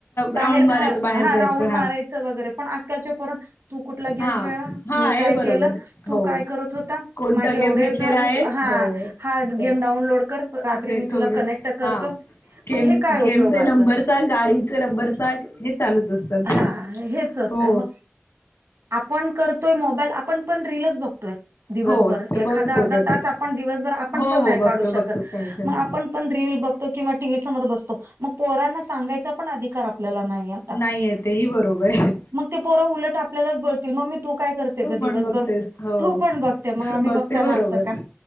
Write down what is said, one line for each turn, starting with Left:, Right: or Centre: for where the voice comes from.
Right: बाहेर
Left: राऊंड मारायचं
Right: का
Left: बाहेर
Right: हा
Left: जायचं
Right: राऊंड मारायचं वगैरे पण आजकालच्या पोर ना तू कुठला गेम
Left: हा
Right: खेळला,
Left: हा
Right: मी
Left: हे
Right: काय
Left: बरोबर
Right: केलं तू
Left: हो
Right: काय करत होता?
Left: कोणता
Right: माझे एवढेच
Left: गेम घेतलेला
Right: झाले
Left: आहे
Right: हा.
Left: हो
Right: हा,
Left: असं
Right: गेम डाउनलोड कर रात्री
Left: ते
Right: मी
Left: थोडं
Right: तुला कनेक्ट करतो.
Left: हा गेम
Right: म हे काय उपयोगाचं
Left: गेमचे नंबर सांग गाडीचे
Right: <unintelligible>
Left: नंबर सांग हे चालूच असतात
Right: हा हेच चं असतय,
Left: हो
Right: मग आपण करतोय मोबाईल आपण पण रीलीचं बघतोय. दिवसभर
Left: हो ते
Right: एखादा
Left: बघतो
Right: अर्धा
Left: का
Right: तास
Left: ते
Right: आपण दिवसभर आपण
Left: हो
Right: पण, नाही
Left: हो बघतो
Right: काढू शकत
Left: बघतो काय काय
Right: मग आपण पण रील बघतो, किंवा टीव्ही समर बसतो मग पोरांना सांगायचा पण अधिकार आपल्याला नाहीयं.
Left: नाहीये तेही बरोबर आहे.
Right: ते पोर उलट आपल्याच बोलतील, मम्मी तू काय कर ते
Left: तू
Right: गं
Left: पण
Right: दिवसभर
Left: बघतेस हो
Right: तू पण बघते मग, आम्ही
Left: बघते
Right: बघताना
Left: बरोबर
Right: असं का?